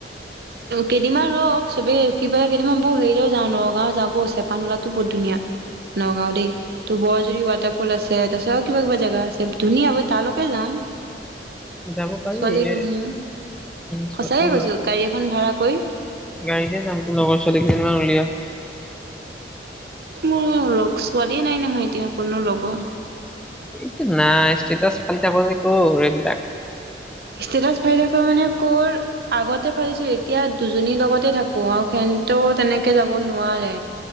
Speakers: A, on the right (about 60°); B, in the centre.
A: কেইদিনমান ৰখ চবেই ৰখি পেলাই কেইদিনান বৌ হেৰিলেও যাওঁ নগাঁও যা বৌ চেপা নলাতো বহুত ধুনীয়া নগাঁও দেই ত' বৰ যুদি ৱাটাৰফল আছে তাৰছত আও কি কিবা কিবা জেগা আছে ধুনীয়া বৈ তালৈকে যাওঁ
B: যাব পাৰি
A: ছোৱালী কেইজনীমান
B: এ ত
A: সঁচাকে
B: তোৰ
A: কৈছো গাড়ী এখন ভাড়া কৰি
B: গাড়ীতে যাম তোৰ লগৰ ছোৱালী কেইজনীমান উলিয়া
A: মোৰ লগ ছোৱালী নাই নহয় এতিয়া কোনো লগৰ
B: এ তোৰ নাই ষ্টেটাছ ফালি থাক যে কৰ এইবিলাক
A: ষ্টেটাছ ফালি থাক মানে কৰ আগতে ফালিছিলো এতিয়া দুজনীৰ লগতে থাকো আৰু সেনতেও তেনেকে যাব নোৱাৰে।